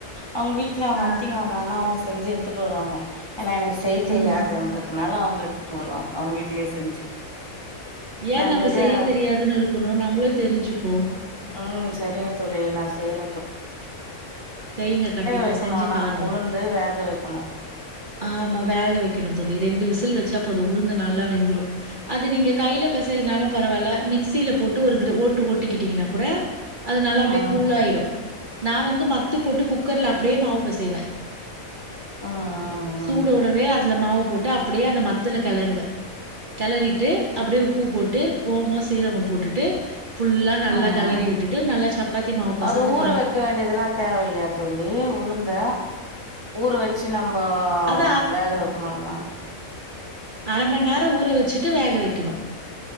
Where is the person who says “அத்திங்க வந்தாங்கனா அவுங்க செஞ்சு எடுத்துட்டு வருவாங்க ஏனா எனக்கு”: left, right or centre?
Left